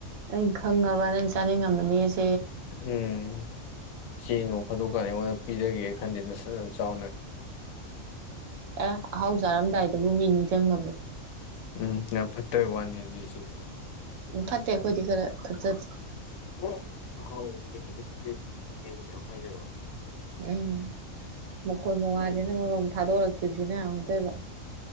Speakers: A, on the right (about 70°); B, on the left (about 80°).
A: ꯑꯩꯅ ꯈꯪꯉꯕ ꯅꯪ ꯆꯥꯅꯤꯡꯉꯝꯃꯅꯤꯑꯦꯁꯦ
B: ꯎꯝ ꯆꯦ ꯅꯣꯡꯐꯥꯗꯣꯛꯀꯥꯟꯗ ꯑꯩꯉꯣꯟꯗ ꯄꯤꯖꯒꯦ ꯈꯟꯗꯦ ꯅꯁꯠꯅ ꯆꯥꯎꯅ
A: ꯑꯦ ꯑꯍꯥꯎ ꯆꯥꯔꯝꯗꯥꯏꯗꯕꯨ ꯃꯤ ꯅꯤꯡꯖꯪꯅꯕ꯭ꯔꯣ?
B: ꯎꯝ ꯌꯥꯝ ꯐꯠꯇꯕꯩ ꯋꯥꯅꯦ ꯑꯗꯨꯗꯤ ꯏꯆꯦꯁꯦ
A: ꯎꯝ ꯐꯠꯇꯦ ꯑꯈꯣꯏꯗꯤ ꯈꯔ ꯐꯠꯆꯥꯗꯦ
B: <unintelligible> ꯑꯍꯥꯎꯕꯗꯤ ꯄꯤꯖꯛ <unintelligible> ꯈꯣꯠꯀꯦꯗꯤ ꯀꯦꯝ ꯍꯥꯏꯗꯦꯕ
A: ꯎꯝ ꯃꯈꯣꯟ ꯃꯋꯥꯁꯤꯅ
B: ꯎꯝ
A: ꯃꯔꯣꯝ ꯊꯥꯗꯣꯛꯔꯛꯈꯤꯕꯁꯤꯅ ꯑꯃꯨꯛꯇꯣꯏꯕ